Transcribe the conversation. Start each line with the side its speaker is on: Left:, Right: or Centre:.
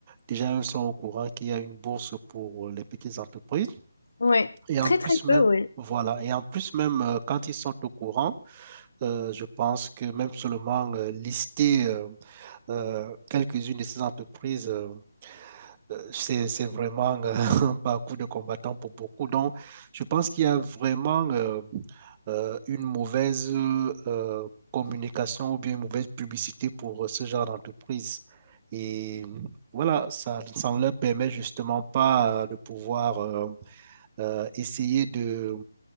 Right: déjà elles sont au courant qu'il y a une bourse pour euh, les petites entreprises.
Left: ouais.
Right: Et en
Left: Très,
Right: plus
Left: très
Right: même,
Left: peu, oui.
Right: voilà, et en plus même, euh, quand ils sont au courant, euh, je pense que même seulement euh, lister euh, euh, quelques-unes de ces entreprises euh, euh, c'est, c'est vraiment euh, <laughs> un parcours de combattant pour beaucoup. Donc, je pense qu'il y a vraiment euh, euh, une mauvaise euh, communication ou bien une mauvaise publicité pour euh, ce genre d'entreprise. Et voilà, ça, ça ne leur permet justement pas euh, de pouvoir euh, euh, essayer de,